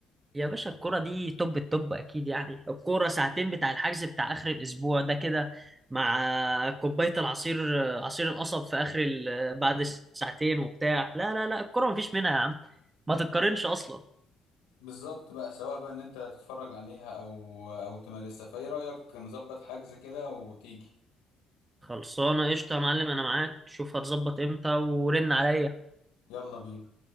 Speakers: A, on the right (about 25°); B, on the left (about 85°).
A: يا باشا الكرة دي توب التوب أكيد يعني الكرة ساعتين بتاع الحجز بتاع آخر الأسبوع ده كده مع كوباية العصير عصير القصب في آخر ال... بعد الساعتين وبتاع لا لا لا الكرة مفيش منها يا عم ما تتقارنش أصلا
B: بالظبط بقى سواء بقى إن أنت تتفرج عليها أو أو تمارسها فإيه رأيك نظبط حجز كده وتيجي
A: خلصانة قشطة يا معلم أنا معاك شوف هتظبط إمتى ورن عليا
B: يلا بينا